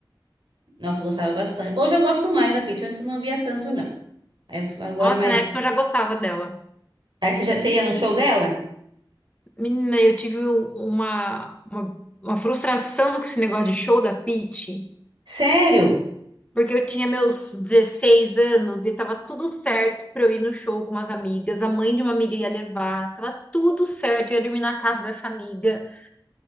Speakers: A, on the right; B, on the left.
A: Nossa, eu gostava bastante. Hoje eu gosto mais da Pitty, antes eu não via tanto, não. Aí, agora
B: Nossa,
A: mais.
B: na época eu já gostava dela.
A: Aí você, já, você ia no show dela?
B: Menina, eu tive uma, uma, uma frustração com esse negócio de show da Pitty,
A: Sério?
B: porque eu tinha meus 16 anos e tava tudo certo pra eu ir no show com umas amigas. A mãe de uma amiga ia levar, tava tudo certo, eu ia dormir na casa dessa amiga.